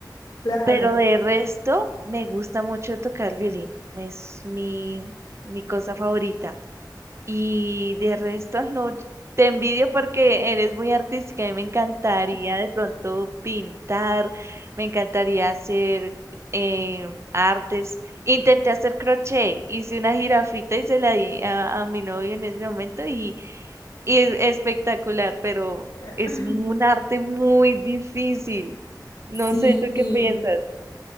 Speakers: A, on the left (about 60°); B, on the right (about 35°).
A: Claro.
B: Pero de resto, me gusta mucho tocar el violín. Es mi, mi cosa favorita. Y de resto, <laughs> no, te envidio porque eres muy artística y me encantaría de pronto pintar, me encantaría hacer eh, artes. Intenté hacer crochet, hice una jirafita y se la di a, a mi novio en ese momento y, y es espectacular, pero
A: <laughs>
B: es un arte muy difícil. No
A: Sí.
B: sé, ¿tú qué piensas?